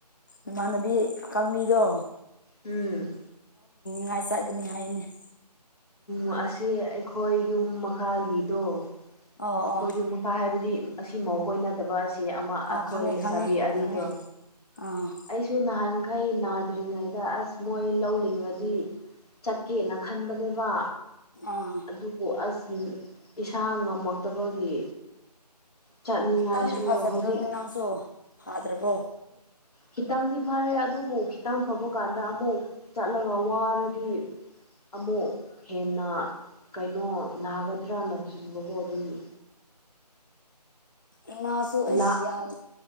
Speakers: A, on the left; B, on the left.
A: ꯏꯃꯥꯟꯅꯕꯤ ꯀꯥꯡꯃꯤꯗꯣ
B: ꯎꯝ
A: ꯉꯥꯏ ꯆꯠꯀꯅꯤ ꯍꯥꯏꯅꯦ
B: ꯎ ꯑꯁꯤ ꯑꯩꯈꯣꯏ ꯌꯨꯝ ꯃꯈꯥꯒꯤꯗꯣ
A: ꯑꯣ
B: ꯑꯩꯈꯣꯏꯁꯨ
A: ꯑꯣ
B: ꯃꯈꯥ ꯍꯥꯏꯕꯗꯤ ꯑꯁꯤꯃꯈꯣꯏ ꯅꯠꯇꯕ ꯑꯁꯤ ꯑꯃ
A: ꯑꯣ
B: ꯑꯩꯈꯣꯏ
A: ꯈꯪꯉꯦ
B: ꯂꯩꯁꯥꯕꯤ
A: ꯈꯪꯉꯦ
B: ꯑꯗꯣ
A: ꯈꯪꯉꯦ ꯑꯥ
B: ꯑꯩꯁꯨ ꯅꯍꯥꯟ ꯈꯩ ꯅꯥꯗ꯭ꯔꯤꯉꯩꯗ ꯑꯁ ꯃꯣꯏ ꯂꯧꯜꯂꯤꯉꯗꯤ ꯆꯠꯀꯦꯅ ꯈꯟꯕꯅꯦꯕ
A: ꯑꯥ
B: ꯑꯗꯨꯕꯨ ꯑꯁ ꯏꯁꯥ ꯉꯝꯃꯛꯇꯕꯒꯤ ꯆꯠꯅꯤꯡꯉꯥꯏꯁꯨ
A: ꯈꯤꯇꯪꯗꯤ ꯐꯖꯗ꯭ꯔꯣꯅꯦ
B: ꯍꯧꯖꯤꯛ
A: ꯅꯪꯁꯨ ꯐꯥꯗ꯭ꯔꯕꯣ
B: ꯈꯤꯇꯪꯗꯤ ꯐꯔꯦ ꯑꯗꯨꯕꯨ ꯈꯤꯇꯪ ꯐꯕ ꯀꯥꯟꯗ ꯑꯃꯨꯛ ꯆꯠꯂꯒ ꯋꯥꯔꯗꯤ ꯑꯃꯨꯛ ꯍꯦꯟꯅ ꯀꯩꯅꯣ ꯅꯥꯒꯗ꯭ꯔꯅ ꯀꯤꯕꯀꯣ ꯑꯗꯨꯒꯤ
A: ꯏꯃꯥꯁꯨ ꯑꯩꯁ
B: ꯂꯥꯛ
A: ꯌꯥꯝ